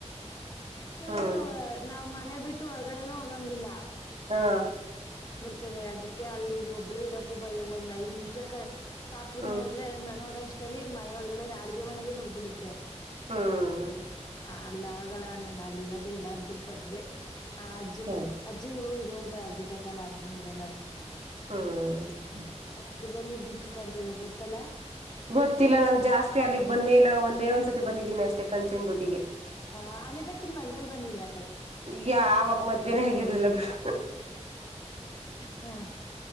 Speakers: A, on the left (about 35°); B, on the right (about 65°).
A: ಹ
B: ಹ್ಮ್
A: ನಾವ್ ಮನೆ ಬಿಟ್ಟು ಹೊರ್ಗಡೆನೂ ಹೋಗಂಗಿಲ್ಲ
B: ಹಾ
A: ತ ಅದಕ್ಕೆ ಅಲ್ಲಿ ಒಬ್ಬಳು ಇರಕ್ಕೂ ಭಯ ಒಂದ್ ಐದ್ ನಿಮಿಷ ಪಾಪು
B: ಹ್ಮ್
A: ನೋಡ್ದ್ರೆ ನೋಡ ಚಲಿ ಮನೆೆಯೊಳಗಡೆ ಅಡ್ಗೆ ಮನೆಗೆ ನುಗ್ಬಿಡುತ್ತೆ
B: ಹ್ಮ್
A: ಆ ಅಲ್ಲ ಆಗಲ್ಲ ನಾನು ಅಲ್ಲಿ ಇರೋದೆೇ ಇಲ್ಲ ಅಂದ್ಬಿಟ್ಟು ಬಂದೆ ಆ ಅಜ್ಜಿಿಗೆ
B: ಸರಿ
A: ಅಜ್ಜಿ ಇರೋ ಇರುವಂತ ಅಜತ್ತ್ತಲ್ಲ ನಾನ್ ಇರಲ್ಲ ಅಂತಿನೇಳಿ
B: ಹ್ಮ್
A: ಪಕ್ಕದಲ್ಲಿ ದೀಪಿಕಾ ಅಂತರ ಗೊತ್ತಲ್ಲಾ
B: ಗೊತ್ತಿಲ್ಲ ನಾನನ್ ಜಾಸ್ತಿ ಅಲ್ಲಿಗ್ ಬಂದೇ ಇಲ್ಲ ಒಂದೇ ಒಂದ್ಸತಿ ಬಂದಿದ್ದೀನಿ ಅಷ್ಟೇ ಕಂಚನ್ ದುಡ್ಡಿಗೆ
A: ಆ ಅನಿತಕ್ಕನ ಮದುವೆ ಲ್ ಬಂದಿದ್ರ
B: ಯ ಅವವಾಗ ಮದ್ವೆೇನ ಹೇಗಿರ್ಲಿಲ್ಲ ಬಿಡು
A: ಹಾ